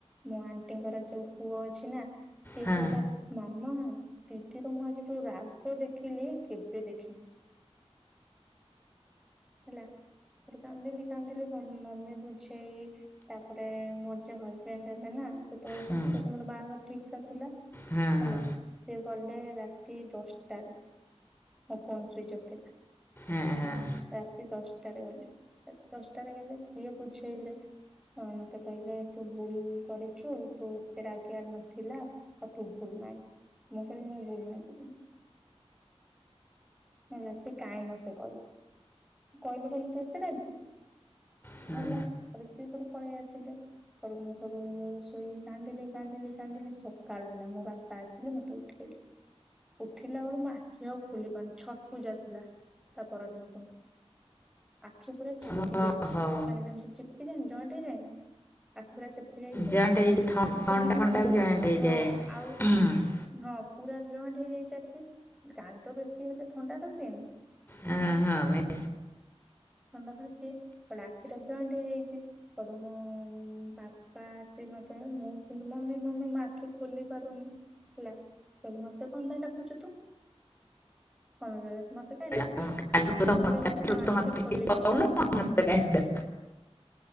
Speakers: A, in the centre; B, on the left.
A: ମୋ ଆଣ୍ଟିଙ୍କର ଯୋଉ ପୁଅ ଅଛି ନା ସିଏ
B: ହଁ
A: କହିଲା ମାମା ଦିଦିର ମୁଁ ଆଜି ଯୋଉ ରା ରାଗ ଦେଖିଲି କେବେ ଦେଖିନି ହେଲା। ତାପରେ କାନ୍ଦିଲି କାନ୍ଦିଲି ମମି ବୁଝେଇ ତାପରେ ମୋର ଯେ ହଜବେଣ୍ଡ ହେବେ ନା ସେତେବେଳେ
B: ହଁ
A: ତାଙ୍କ ସହିତ ମୋର ବାହାଘର ଠିକି ସରିଥିଲା।
B: ହଁ
A: ହେଲା ସେ ଗଲେ ରାତି ଦଶ ଟାରେ ମୋ ଫୋନ ସୁଇଚ ଅଫ୍ ଥିଲା।
B: ଏ ହଁ।
A: ରାତି ଦଶଟାରେ ଗଲେ ଦଶଟାରେ ଗଲେ ସିଏ ବୁଝେଇଲେ। ମତେ କହିଲେ ତୁ ଭୁଲ କରିଛୁ ତୁ ଏତେ ରାଗିବାର ନଥିଲା। ଆଉ ତୁ ଭୁଲମାଗେ ମୁଁ କହିଲି ମୁଁ ଭୁଲମାଗିବିନି। ହେଲା ସେ କାହିଁ ମତେ କହିବେ କହିଲେ ବୋଲି ତୁ ଏତେ ରାଗିବୁ।
B: ହଁ
A: ମଲା ସିଏ ସେଠୁ ପଳେଇ ଆସିଲେ। ଏଠୁ ମୁଁ ସବୁ ଶୋଇକି କାନ୍ଦିଲି କାନ୍ଦିଲି କାନ୍ଦିଲି ସକାଳ ହେଲା ମୋ ବାପା ଆସିଲେ ମତେ ଉ ଠେଇଲେ ଉଠିଲା ବେଳୁ ମୋ ଆଖି ଆଉ ଖୋଲି ପାରୁନି। ଛଟ୍ ପୂଜା ଥିଲା ତା ପରଦିନ ପୁଣି। ଆଖି ପୁରା ଚିପିକି
B: ଓହୋ
A: ଯାଇଛି ମାନେ ଯେମିତି ଚିପିକି ଯାଏନି ଜଏଣ୍ଟ ହେଇଯାଏନି। ଆଖିପୁରା ଚିପକି ଯାଇଛି
B: ଜଏଣ୍ଟ ହେଇକି ଥଣ୍ଡା
A: ସେମାନେ
B: ଫଣ୍ଡାକୁ ଜଏଣ୍ଟ ହେଇଯାଏ
A: ହଁ ଆଉ
B: ହଁ
A: ହଁ ପୁରା ଜଏଣ୍ଟ ହେଇଯାଇଛି ଆଖି କାନ୍ଦ ବେଶୀ ହେଲେ ଥଣ୍ଡା ଧରି ଦିଏନି।
B: ହଁ ହଁ ଆମେ
A: ଥଣ୍ଡା ଧରିଛି ପୁଣି ଆଖିଗୁରା ଜଏଣ୍ଟ ହେଇଯାଇଛି ସବୁ ମୁଁ ବା ବାପା ଆସି ମତେ ମୁଁ କିନ୍ତୁ ମମି ମମି ମୋ ଆଖି ଖୋଲି ପାରୁନି ହେଲା। କହିଲି ମତେ କଣ ପାଇଁ ଡାକୁଛୁ ତୁ ମମି କହିବ ମତେ କାହିଁ
B: କାଲିଠୁ
A: ଡାକୁଛୁ।
B: ତ
A: ମୁଁ କହିଲି
B: କାଲିଠୁ
A: ମୋ ଆଖି
B: ତ ମତେ
A: ଖୋଲି
B: କିଛି କହୁନୁ,
A: ପାରୁନି।
B: ମତେ କାହିକେ